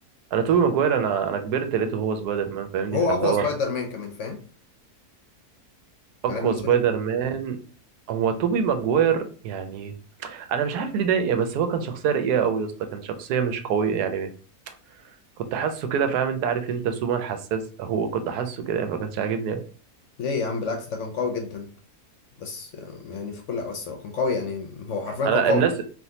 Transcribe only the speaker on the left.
هو
اقوى
سبايدر
مان كمان فاهم
يعني انا بالنسبة
لي
ليه يا عم بالعكس ده كان قوي جدا بس آم، يعني في كل بس هو كان قوي يعني هو حرفيا
كان قوي